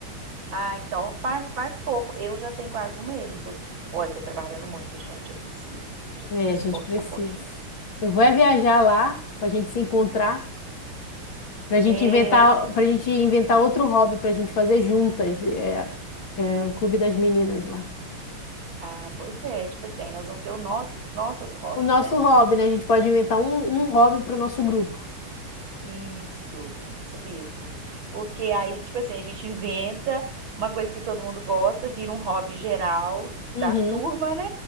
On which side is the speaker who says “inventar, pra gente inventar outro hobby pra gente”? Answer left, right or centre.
Left